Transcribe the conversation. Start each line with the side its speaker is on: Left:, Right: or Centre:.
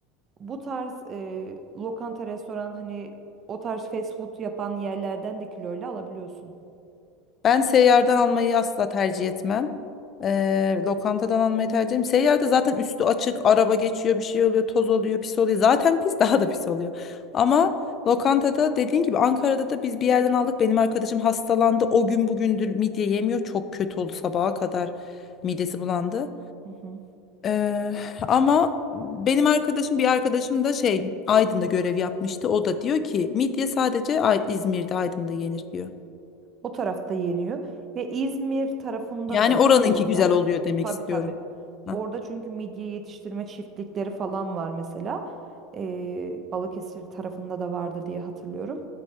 Right: Bu tarz e, lokanta, restoran hani o tarz fast food yapan yerlerden de kiloyla alabiliyorsun.
Left: Ben seyyardan almayı asla tercih etmem. Eee, lokantadan almayı tercih ederim. Seyyarda zaten üstü açık, araba geçiyor, bir şey oluyor, toz oluyor, pis oluyor. Zaten pis <laughs> daha da pis oluyor. Ama lokantada dediğin gibi Ankara'da da biz bir yerden aldık. Benim arkadaşım hastalandı. O gün bugündür midye yemiyor. Çok kötü oldu sabaha kadar. Midesi bulandı.
Right: Hı hı.
Left: Eee, ama benim arkadaşım bir arkadaşım da şey Aydın'da görev yapmıştı. O da diyor ki midye sadece Ay- İzmir'de Aydın'da yenir diyor.
Right: O tarafta yeniyor. Ve İzmir tarafında
Left: Yani
Right: da
Left: oranınki
Right: olsa
Left: güzel oluyor demek
Right: tabii
Left: istiyorum.
Right: tabii.
Left: Hah.
Right: Orada çünkü midye yetiştirme çiftlikleri falan var mesela. Ee, Balıkesir tarafında da vardı diye hatırlıyorum.